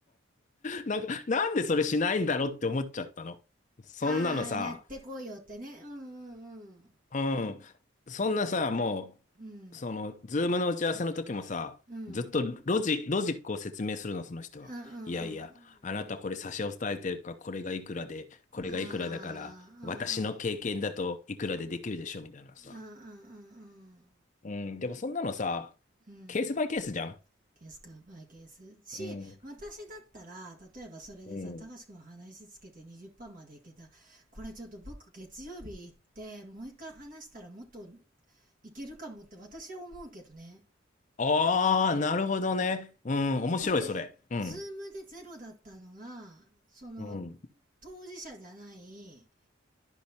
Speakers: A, on the left; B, on the right.
A: なんか、なんでそれしないんだろうって思っちゃったの。そんなのさ、
B: ああやってこいよってねうんうん
A: うん。そんなさ、も
B: うん
A: う、その、ズームの打ち合わせの時もさ、
B: うん
A: ずっとロジ、ロジックを説明するの、その人は。
B: うんうんうんうん
A: いやいや、あなたこれ差し押さえてるから、これがいくらで、これがいくらだから、
B: ああうんうん
A: 私の経験だといくらでできるでしょ、みたいなさ。
B: うんうんうんうん
A: うん、でもそんなのさ、
B: うん
A: ケースバイケースじゃん。
B: ケースかバイケース。し、
A: うん、
B: 私だったら、例えばそれでさ、
A: うん。
B: たかしくん話つけて20%までいけた。これちょっと僕月曜日行って、もう一回話したらもっといけるかもって私は思うけどね。
A: ああ、なるほどね。うん、面白い、
B: だって、
A: それ。うん。
B: ズームでゼロだったのが、その、
A: うん、
B: 当事者じゃない、